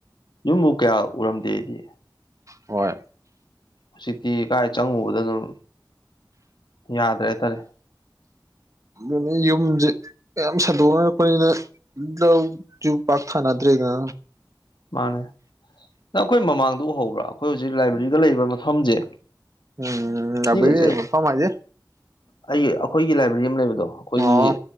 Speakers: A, on the left (about 75°); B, on the right (about 40°).
A: ꯌꯨꯝꯕꯨ ꯀꯌꯥ ꯎꯔꯝꯗꯦ ꯑꯩꯗꯤ
B: ꯍꯣꯏ
A: ꯍꯧꯖꯤꯛꯇꯤ ꯀꯥꯏ ꯆꯪꯉꯨꯕꯗ ꯑꯗꯨꯝ ꯌꯥꯗ꯭ꯔꯦ ꯍꯥꯏꯇꯥꯔꯦ
B: ꯑꯗꯨ ꯌꯨꯝꯁꯦ ꯌꯥꯝ ꯁꯟꯗꯣꯛꯅꯔꯛꯄꯅꯤꯅ ꯂꯧꯁꯨ ꯄꯥꯛꯔ ꯊꯥꯅꯗ꯭ꯔꯦ ꯒ
A: ꯃꯥꯅꯦ ꯅꯪ ꯑꯩꯈꯣꯏ ꯃꯃꯥꯡꯗ ꯎꯍꯧꯕ꯭ꯔꯥ ꯑꯩꯈꯣꯏ ꯍꯧꯖꯤꯛ ꯂꯥꯏꯕ꯭ꯔꯦꯔꯤꯗ ꯂꯩꯕ ꯃꯐꯝꯁꯦ
B: ꯎꯝ
A: ꯁꯤꯒꯁꯦ
B: ꯑꯕ ꯃꯄ ꯃꯥꯁꯦ
A: ꯑꯩꯒꯤ ꯑꯩꯈꯣꯏꯒꯤ ꯂꯥꯏꯕ꯭ꯔꯦꯔꯤ ꯑꯃ ꯂꯩꯕꯗꯣ ꯑꯩꯈꯣꯏꯒꯤ
B: ꯑꯣ